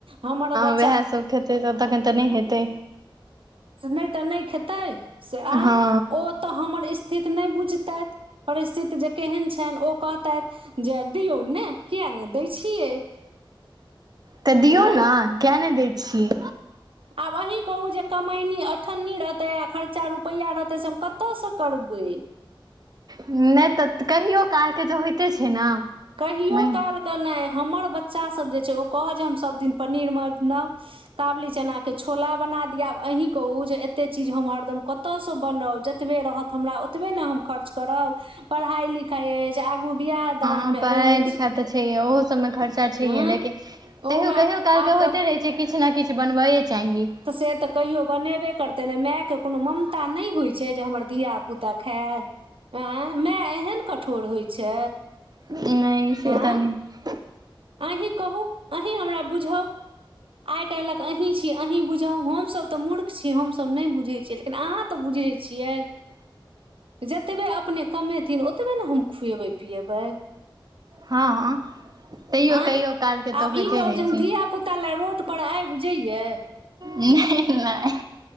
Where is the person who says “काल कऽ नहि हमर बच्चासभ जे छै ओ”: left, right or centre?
Right